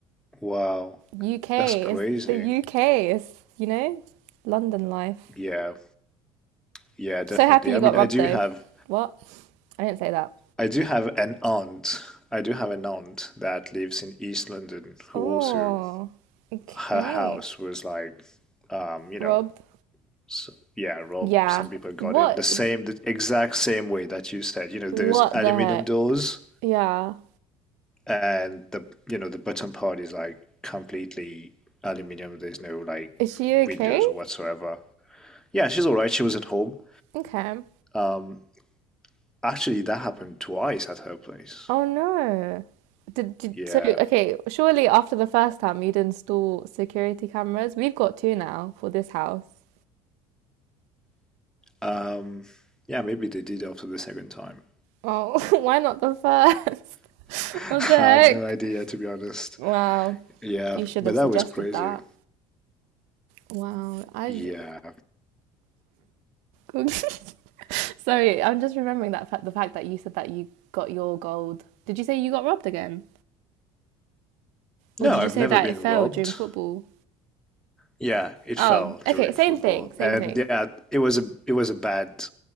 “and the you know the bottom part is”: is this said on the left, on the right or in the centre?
Centre